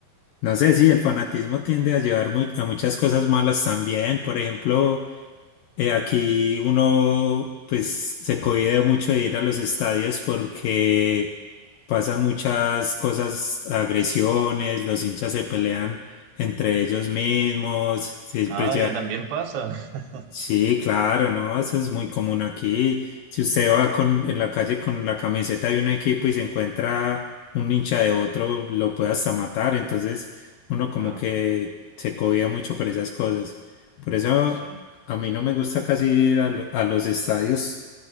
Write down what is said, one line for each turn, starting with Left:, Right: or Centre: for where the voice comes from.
Left: no sé, si el fanatismo tiende a llevar mu- a muchas cosas malas también. Por ejemplo, eh, aquí uno pues se cohíbe mucho de ir a los estadios porque pasan muchas cosas, agresiones, los hinchas se pelean entre ellos mismos, siempre
Right: Ah, ya también pasa. <laughs>
Left: Sí, claro, no, eso es muy común aquí. Si usted va con, en la calle con la camiseta de un equipo y se encuentra un hincha de otro, lo puede hasta matar. Entonces, uno como
Right: Claro,
Left: que se cobía mucho por esas cosas. Por eso
Right: sí.
Left: a mí no me gusta casi ir a, lo- a los estadios